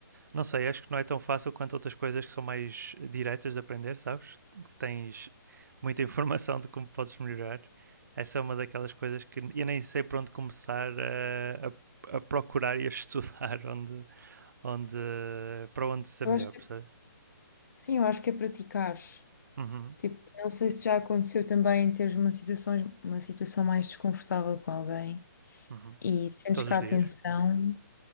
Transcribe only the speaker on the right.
Não sei, acho que não é tão fácil quanto outras coisas que são mais diretas de aprender, sabes? Que tens muita <laughs> informação de como podes melhorar. Essa é uma daquelas coisas que eu nem sei por onde começar a, a- a procurar e a estudar <laughs> onde, onde, para onde ser
melhor,
percebes?
Uhum,
uhum.
Todos
os
dias?